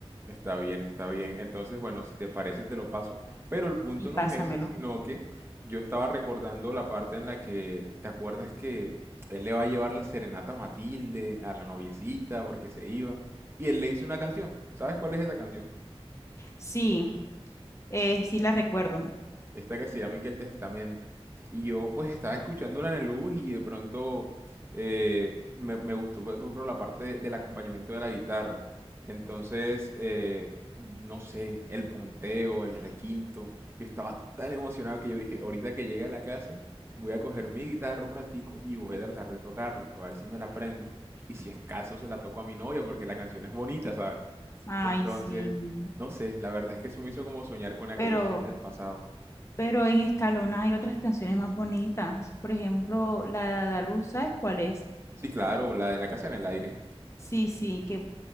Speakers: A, on the right (about 25°); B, on the left (about 30°).
A: Está bien, está bien. Entonces, bueno, si te parece, te lo paso. Pero el punto
B: Y pásamelo.
A: no es ese, sino que yo estaba recordando la parte en la que, ¿te acuerdas que él le va a llevar la serenata a Matilde, a la noviecita, porque se iba? Y él le hizo una canción. ¿Sabes cuál es esa canción?
B: Sí, eh, sí la recuerdo.
A: esta que se llama y que el Testamento. Y yo pues estaba escuchándola en el bus y de pronto eh, me, me gustó, por ejemplo, la parte de- del acompañamiento de la guitarra. Entonces, eh, no sé, el punteo, el requinto. Yo estaba tan emocionado que yo dije, ahorita que llegue a la casa, voy a coger mi guitarra un ratico y voy a tratar de tocarla para ver si me la aprendo. Y si es caso, se la toco a mi novia porque la canción es bonita, ¿sabes?
B: Ay,
A: Entonces,
B: sí.
A: no sé, la verdad es que eso me hizo como soñar con aquellos
B: Pero,
A: días del pasado.
B: pero en Escalona hay otras canciones más bonitas. Por ejemplo, la de Adaluz, ¿sabes cuál es?
A: Sí, claro, la de la casa en el aire.
B: Sí, sí, que